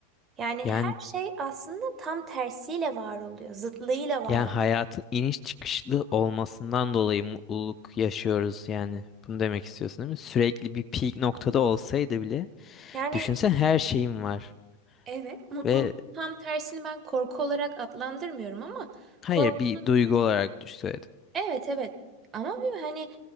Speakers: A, on the right; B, on the left.
A: Yani
B: Yani
A: her şey aslında tam tersiyle var oluyor, zıtlığıyla var.
B: yani
A: oluyor.
B: hayatın iniş çıkışlı olmasından dolayı mutluluk yaşıyoruz yani. Bunu demek istiyorsun değil mi? Sürekli bir peak noktada olsaydı bile
A: Yani
B: düşünsen her şeyim var
A: Evet. mutluluk
B: ve
A: tam tersini ben korku olarak adlandırmıyorum ama
B: Hayır
A: korkunun
B: bir duygu olarak düş söyledim.
A: evet evet ama bir hani